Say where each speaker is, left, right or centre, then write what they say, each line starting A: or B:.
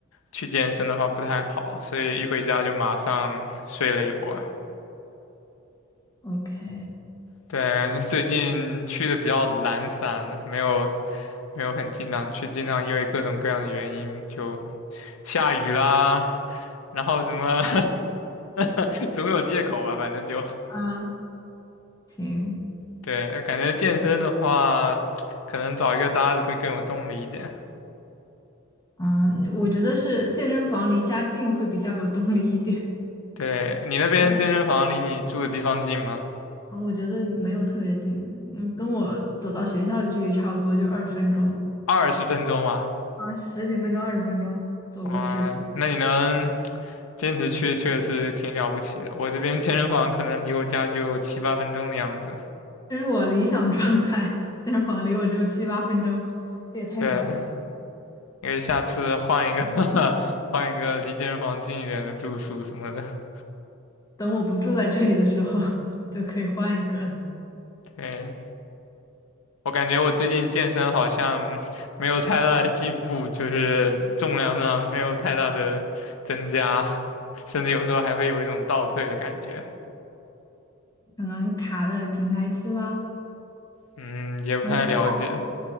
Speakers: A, on the left (about 85°); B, on the left (about 15°).
A: 去健身的话不太好，所以一回家就马上睡了一会儿。
B: ？OK，
A: 对，感觉最近去的比较懒散，没有没有很经常去，经常因为各种各样的原因就下雨啦，然后什么 <laughs> 总有借口吧，反正就
B: 啊，行，
A: 对，感觉健身的话，可能找一个搭子会更有动力一点。
B: 啊，我觉得是健身房离家近会比较有动力一点
A: 对，你那边健身房离你住的地方近吗？
B: <laughs>。然后啊，我觉得没有特别近，嗯，跟我走到学校的距离差不多，就二十分钟，
A: 二十分钟啊，
B: 啊，十几分钟、二十分钟走过去，
A: 啊、那你能坚持去确实挺了不起的。我这边健身房可能离我家就七八分钟的样子。
B: 这是我理想状态。健身房离我只有七八分钟，这也太爽了吧！
A: 对，因为下次换一个 <laughs> 换一个离健身房近一点的住宿什么的。
B: 等我不住在这里的时候，<laughs> 就可以换一个。
A: <laughs> 对，我感觉我最近健身好像 <laughs> 没有太大的进步，就是重量上没有太大的增加，甚至有时候还会有一种倒退的感觉。
B: 可能卡在平台期了，
A: 嗯，也不太了解。
B: 嗯，过